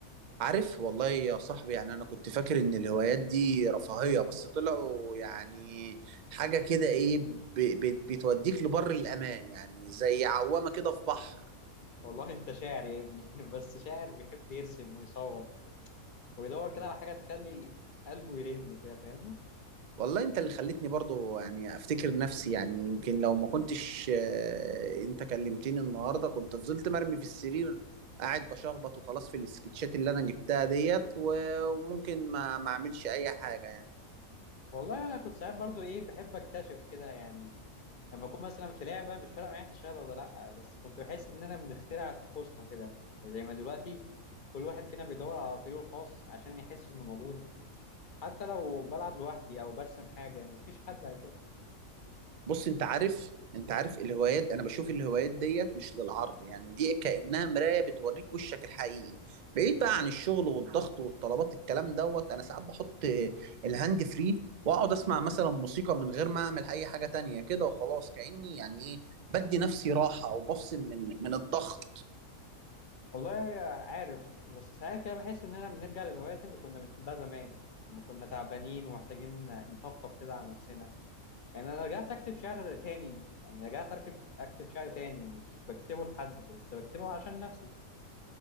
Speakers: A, on the right; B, on the left.
A: عارف والله يا صاحبي يعني انا كنت فاكر ان الهوايات دي رفاهية بس طلعوا يعني حاجة كده ايه ب- ب- بتوديك لبر الامان يعني زي عوامة كده في بحر
B: والله انت شاعر يا ابني <laughs> بس شاعر بيحب يرسم ويصور ويدور كده على حاجه تخلي قلبه يرن كده فاهمني
A: والله انت اللي خلتني برضو يعني افتكر نفسي يعني يمكن لو ما كنتش آه، انت كلمتني النهارده كنت فضلت مرمي في السرير قاعد بشخبط وخلاص في السكتشات اللي انا جبتها ديت و- وممكن ما ما اعملش اي حاجة يعني
B: والله انا كنت ساعات برضه ايه بحب اكتشف كده يعني لما اكون مثلا في لعبه مش فارقه معايا تشتغل ولا لا بس كنت بحس اننا بنخترع طقوسنا كده يعني زي ما دلوقتي كل واحد فينا بيدور على طريقه الخاص عشان يحس انه موجود حتى لو بلعب لوحدي او برسم حاجه مفيش حد هيشوفها
A: بص انت عارف انت عارف الهوايات انا بشوف الهوايات ديت مش للعرض يعني دي كأنها مراية بتوريك وشك الحقيقي بعيد بقى عن الشغل والضغط والطلبات الكلام دوت انا ساعات بحط الهاند فري واقعد اسمع مثلا موسيقى من غير ما اعمل اي حاجة تانية كده وخلاص كأني يعني ايه بدي نفسي راحة وبفصل من من الضغط
B: والله عارف بس ساعات كده بحس اننا بنرجع للهوايات اللي كنا بنحبها زمان لما كنا تعبانين ومحتاجين نطبطب كده على نفسنا يعني انا رجعت اكتب شعر تاني يعني رجعت اركب اكتب شعر تاني مش بكتبه لحد بس بكتبه عشان نفسي